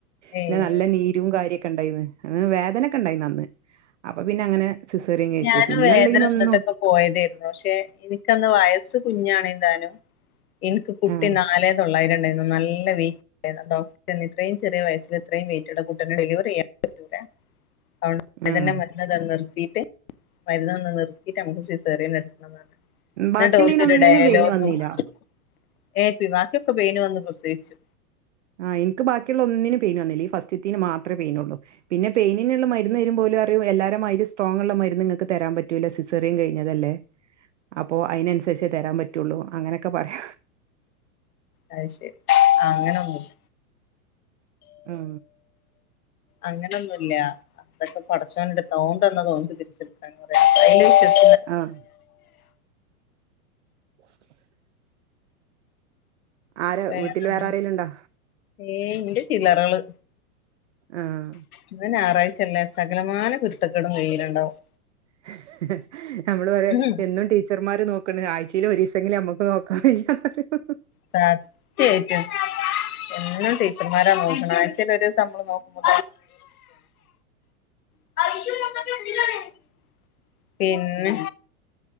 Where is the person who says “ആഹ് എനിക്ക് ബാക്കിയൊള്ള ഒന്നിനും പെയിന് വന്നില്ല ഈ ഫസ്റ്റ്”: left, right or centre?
Right